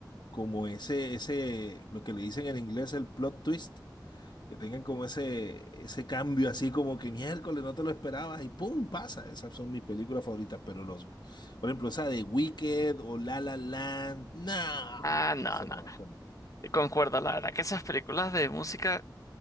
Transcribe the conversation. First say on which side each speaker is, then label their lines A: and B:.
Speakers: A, on the left (about 70°); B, on the left (about 45°).
A: como ese, ese, lo que le dicen en inglés el plot twist, que tengan como ese, ese cambio así como que miércoles no te lo esperabas y ¡pum! pasa. Esas son mis películas favoritas, pero los, por ejemplo, esa de Wicked o La La Land, no,
B: Ah, no,
A: eso
B: no.
A: no va con.
B: Concuerdo, la verdad, que esas películas de música